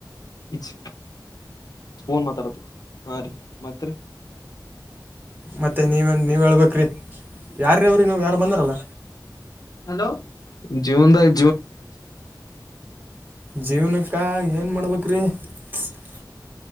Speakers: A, on the left; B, on the right.
A: ಇಚ್ ಫೋನ್ ಮಾತಾಡ ಹಾ ರೀ ಮತ್
B: ಮತ್ತೆ ನೀವನ್ ನೀವ್ ಹೇಳ್ಬ್ರಿ ಯಾರಾವ್ರಿ ನೀ ಯಾರ ಬಂದಾರಲ್ಲ
A: ಹಲೋ ಜೀವದ ಇದ
B: ಜೀವನಕ್ಕ ಏನ್ ಮಾಡ್ಬೇಕ್ರಿ <unintelligible>